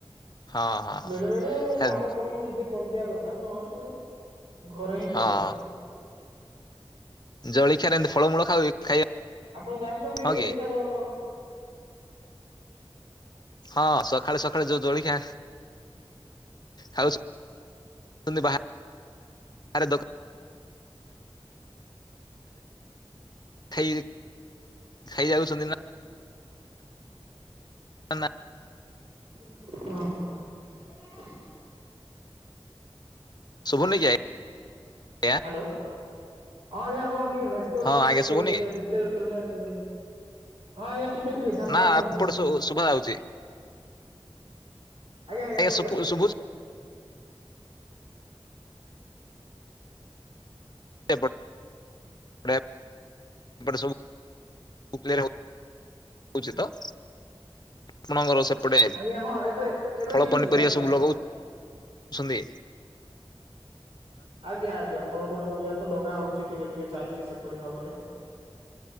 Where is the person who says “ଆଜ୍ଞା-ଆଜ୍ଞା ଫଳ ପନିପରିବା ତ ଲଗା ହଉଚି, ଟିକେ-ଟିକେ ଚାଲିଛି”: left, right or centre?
Right